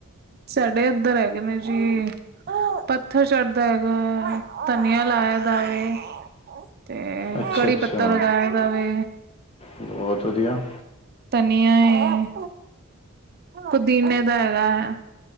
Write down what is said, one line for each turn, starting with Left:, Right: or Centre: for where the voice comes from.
Right: ਸਾਡੇ ਇੱਧਰ ਹੈਗੇ ਨੇ ਜੀ। ਹ ਪੱਥਰ ਚੜਦਾ ਹੈਗਾ ਹੈ, ਧਨੀਆ ਲਾਇਆ ਦਾਵੇ। ਤੇ
Left: ਅੱਛਾ
Right: ਕੜੀ
Left: ਅੱਛਾ
Right: ਪੱਤਾ ਲਗਾਇਆ ਦਾ ਵੇ।
Left: ਬਹੁਤ ਵਧੀਆ
Right: ਤਨੀਆਂ ਹੇ। ਪੁਦੀਨੇ ਦਾ ਹੈਗਾ ਹੈ,